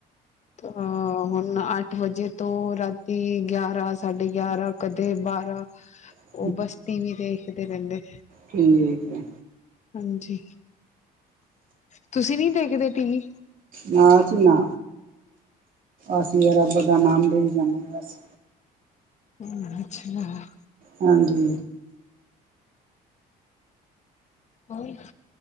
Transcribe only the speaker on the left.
ਤ ਹਾਂ। ਹੁਣ ਅੱਠ ਵਜੇ ਤੋਂ ਰਾਤੀ ਗਿਆਰਾਂ, ਸਾਢੇ ਗਿਆਰਾਂ ਕਦੇ ਬਾਰਾਂ।
ਉਹ ਬਸ ਟੀ ਵੀ ਦੇਖਦੇ ਰਹਿੰਦੇ।
ਹਾਂਜੀ, ਤੁਸੀਂ ਨੀ ਦੇਖਦੇ ਟੀ ਵੀ?
ਹੂੰ, ਅੱਛੇ ਲਾ।
ਹੋਰ?